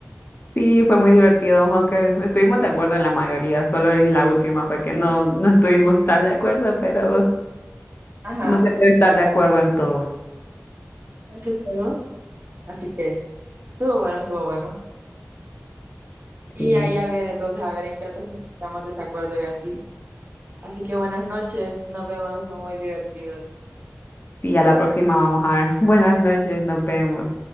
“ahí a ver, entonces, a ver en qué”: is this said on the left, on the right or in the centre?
Right